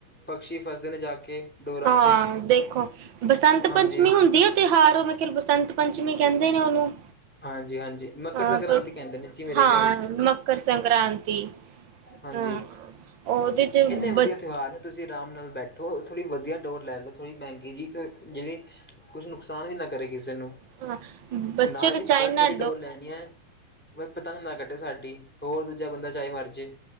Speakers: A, in the centre; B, on the right.
A: ਪਕਸ਼ੀ ਫਸਦੇ ਨੇ ਜਾ ਕੇ ਡੋਰਾਂ
B: ਹਾਂ
A: ਚ
B: ਦੇਖੋ ਬਸੰਤ
A: ਹਾਂਜੀ।
B: ਪੰਚਮੀ ਹੁੰਦੀ ਆ ਤਿਉਹਾਰ ਉਹ ਮੈਂ ਕਿਹਾ ਬਸੰਤ ਪੰਚਮੀ ਕਹਿੰਦੇ ਨੇ ਉਹਨੂੰ
A: ਹਾਂਜੀ ਹਾਂਜੀ ਮਕਰ
B: ਹਾਂ
A: ਸੰਕ੍ਰਾਂਤੀ
B: ਪਰ
A: ਕਹਿੰਦੇ ਨੇ ਜੀ ਮੇਰੇ
B: ਹਾਂ
A: ਖਿਆਲ
B: ਮਕਰ ਸੰਕ੍ਰਾਂਤੀ
A: ਹਾਂਜੀ
B: ਹਮ ਉਹਦੇ ਚ
A: ਇੰਨੇ ਵਧੀਆ
B: ਬ
A: ਤਿਵਾ ਤੁਸੀਂ ਆਰਾਮ ਨਾਲ ਬੈਠੋ ਥੋੜ੍ਹੀ ਵਧੀਆ ਡੋਰ ਲੈ ਲਓ ਥੋੜ੍ਹੀ ਮਹਿੰਗੀ ਜੀ ਜਿਹੜੀ ਕੁਛ ਨੁਕਸਾਨ ਵੀ ਨਾ ਕਰੇ ਕਿਸੇ ਨੂੰ
B: ਹਾਂ ਬੱਚੇ
A: ਨਾ
B: ਤੇ
A: ਜੀ
B: ਚਾਈਨਾ
A: ਕੰਚੀ ਡੋਰ ਲੈਣੀ ਹੈ ਬੱਸ ਪਤੰਗ ਨਾ ਕੱਟੇ ਸਾਡੀ, ਹੋਰ ਦੂਜਾ ਬੰਦਾ ਚਾਏ ਮਰਜੇ।